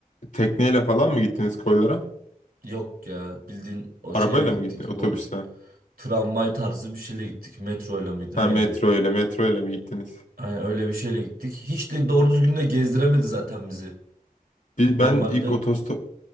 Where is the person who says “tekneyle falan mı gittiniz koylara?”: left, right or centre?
Left